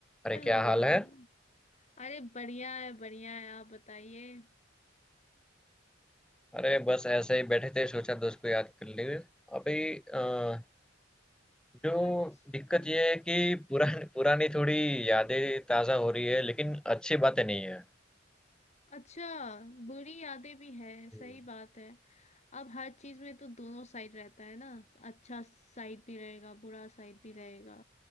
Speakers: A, in the centre; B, on the left.
A: अरे
B: Hello
A: क्या हाल है
B: अरे बढ़िया है बढ़िया है आप बताइए
A: अरे बस ऐसे ही बैठे थे सोचा दोस्त को याद कर लिए अभी अ, जो
B: अच्छा
A: दिक्कत ये है कि पुरानी पुरानी थोड़ी यादें ताज़ा हो रही है लेकिन अच्छी बातें नहीं है
B: अच्छा बुरी यादें भी है सही
A: हम्म,
B: बात है अब हर चीज में तो दोनों साइड रहता है ना अच्छा साइड भी रहेगा बुरा साइड भी रहेगा